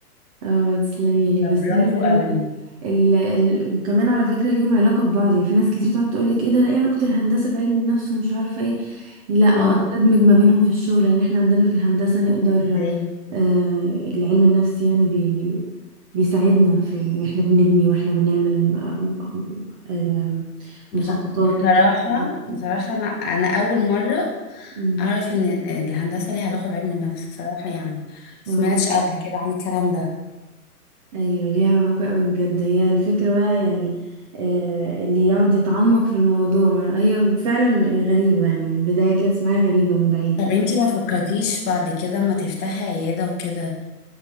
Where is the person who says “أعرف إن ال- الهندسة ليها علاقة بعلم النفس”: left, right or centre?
Left